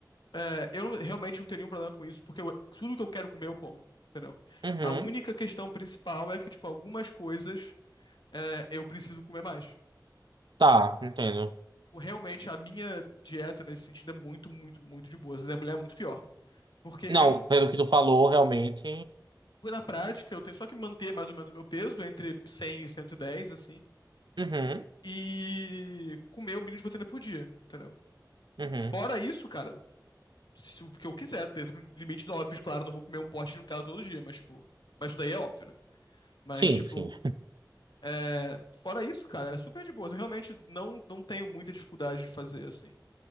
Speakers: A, on the left (about 75°); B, on the right (about 75°).
A: é, eu não- realmente não teria um problema com isso, porque eu- tudo que eu quero comer eu como, entendeu?
B: <laughs> Uhum.
A: A única questão principal é que, tipo, algumas coisas é, eu preciso comer mais.
B: Tá, entendo.
A: O- Realmente, a minha dieta nesse sentido é muito, muito, muito de boa. Às vezes a mulher é muito pior. Porque
B: Não,
A: eu não.
B: pelo que tu falou, realmente.
A: Na prática, eu tenho só que manter mais ou menos o meu peso, entre 100 e 110, assim,
B: Uhum,
A: e comer o mínimo de proteína por dia, entendeu?
B: uhum.
A: Fora isso, cara, se o que eu quiser, dentro de limites óbvios, claro, não vou comer um pote de Nutella todo dia, mas tipo. Mas isso daí é óbvio, né? Mas,
B: Sim,
A: tipo,
B: sim.
A: é, fora isso, cara, é super de boa. Eu realmente não, não tenho muita dificuldade de fazer, assim.